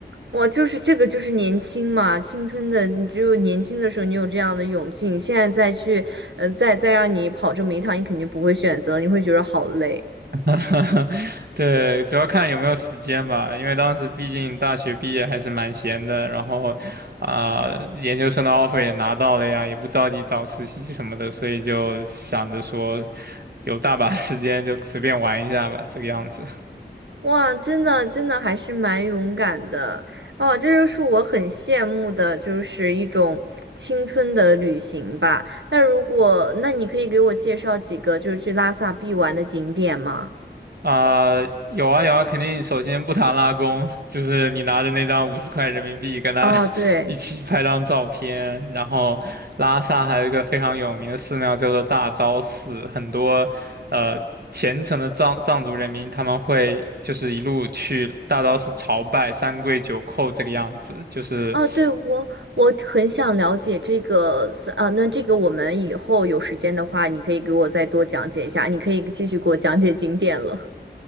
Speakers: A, on the right; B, on the right.
A: 哇，就是这个，就是年轻嘛，青春的，你只有年轻的时候，你有这样的勇气，你现在再去，呃，再再让你跑这么一趟，你肯定不会选择，你会觉得好累。
B: <laughs> 对，主要看有没有时间吧，因为当时毕竟大学毕业还是蛮闲的，然后啊、研究生的 offer 也拿到了呀，也不着急找实习什么的，所以就想着说有大把时间就随便玩一下吧，这个样子。
A: 哇，真的，真的还是蛮勇敢的哦，这就是我很羡慕的，就是一种青春的旅行吧。那如果，那你可以给我介绍几个就是去拉萨必玩的景点吗？
B: 啊、有啊有啊，肯定首先不谈拉弓，就是你拿着那张五十块人民币跟他
A: 哦，
B: <laughs>
A: 对。
B: 一起拍张照片。然后拉萨还有一个非常有名的寺庙叫做大昭寺，很多呃虔诚的藏藏族人民他们会就是一路去大昭寺朝拜三跪九叩这个样子，就是
A: 啊，对，我我很想了解这个是啊，那这个我们以后有时间的话，你可以给我再多讲解一下，你可以继续给我讲解景点了。